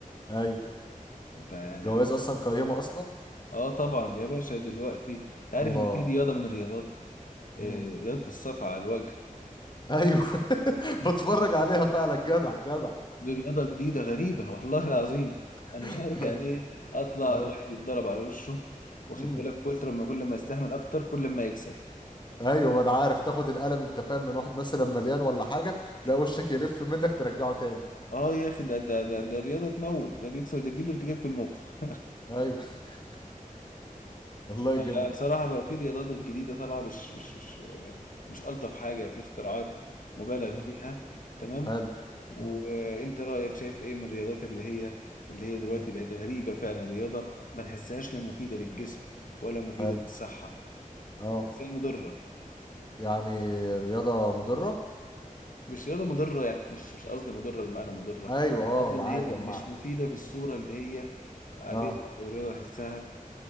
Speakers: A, on the left; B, on the left.
A: ايوه
B: انت يعني
A: جواز اصلا قيمه اصلا
B: اه طبعا يا باشا دلوقتي انت عارف
A: الله
B: ان في رياضه من الرياضات آه،
A: مم.
B: رياضه الصف على الوجه
A: ايوه <laughs> بتفرج عليها فعلا جدع جدع
B: دي رياضة جديدة غريبة والله العظيم
A: <laughs>
B: أنا مش عارف يعني إيه أطلع
A: ايوه
B: واحد يتضرب على وشه واخد
A: مم.
B: بالك كتر ما كل ما يستحمل أكتر كل ما يكسب
A: ايوه ما انا عارف تاخد القلم انت فاهم من واحد مثلا مليان ولا حاجه تلاقي وشك يلف منك ترجعه تاني
B: أه يا أخي ده ده ده, ده الرياضة تموت ده بيكسر ده تجيب له ارتجاج في المخ
A: ايوه <laughs> الله
B: <laughs>
A: يجن
B: بصراحة بقى في رياضات جديدة طالعة مش مش مش مش ألطف حاجة في اختراعات مبالغ
A: امم
B: فيها تمام
A: حلو
B: وأنت
A: امم
B: رأيك شايف إيه من الرياضات اللي هي اللي هي دلوقتي
A: امم
B: بقت غريبة فعلا رياضة ما تحسهاش لا مفيدة للجسم ولا مفيدة
A: حلو
B: للصحة
A: اه
B: تحسها مضرة
A: يعني رياضه مضره
B: مش رياضة مضرة يعني مش مش قصدي مضرة بمعنى مضرة
A: ايوه اه
B: قصدي
A: معاك
B: إن هي
A: جمعت
B: مش مفيدة في الصورة اللي هي عليه
A: اه
B: أو رياضة أحسها